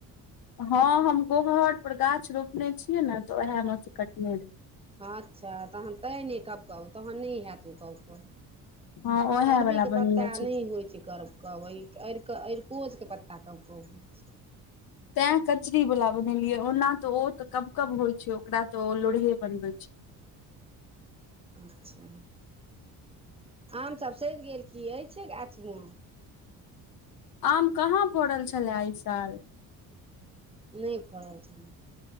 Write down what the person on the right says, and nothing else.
अच्छा तखन तैँ नहि कबकब तहन नहि हैत ओ कब कब
अरबीक
के
पप्ता
नहि होइ छै कर कब आरि अरिकोसके पत्ता कब कब होइ छै
अच्छा आमसभ सधि गेल की अछि गाछमे
नहि फड़ल छै